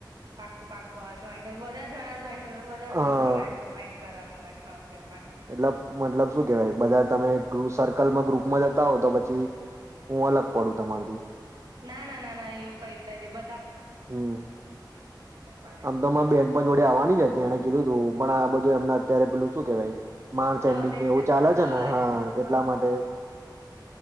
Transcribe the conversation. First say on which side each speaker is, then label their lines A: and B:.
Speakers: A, on the right (about 60°); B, on the right (about 35°).
A: કુ પાકું આવજો અહીં બધા જણા જોઈન વધાર
B: હા
A: જવાય જવાય કરવાનું મળશે અમને પણ.
B: એટલે મતલબ શું કેવાય બધા તમે એક ગૃપ સર કલમાં ગ્રુપમાં જતા હોવ તો પછી હું અલગ પડું તમારથી.
A: ના ના ના ના એવું કઈ જ નથી બ
B: હમ્મ,
A: પણ
B: આમ તો અમાર
A: એમ.
B: બેન પણ જોડે આવવાની જ હતી એને કીધું તું પણ
A: હા
B: આ બધું એમને અત્યારે પેલું શું કેવાઈ માર્ચ
A: પ્રોજેક્ટ
B: એન્ડિંગ ની એવું
A: બધા
B: ચાલે છે ને હા એટલા
A: હા
B: માટે